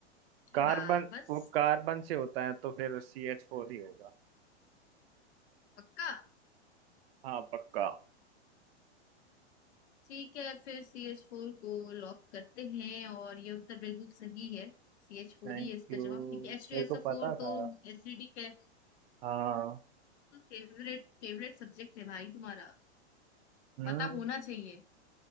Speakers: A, on the left; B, on the right.
A: है
B: कार्बन
A: हाँ बस
B: वो कार्बन से होता है तो फिर सी एच फोर ही होगा
A: पक्का
B: हाँ पक्का
A: ठीक है फिर सी एच फोर को लॉक करते हैं और ये उत्तर बिल्कुल सही है सी एच फोर
B: Thank
A: ही है इसका
B: you
A: जवाब क्योंकि H two
B: मेरे
A: S
B: को
A: O
B: पता
A: four तो
B: था
A: एसिडिक है
B: हाँ
A: फेवरेट फेवरेट सब्जेक्ट है भाई तुम्हारा
B: हम्म
A: पता होना चाहिए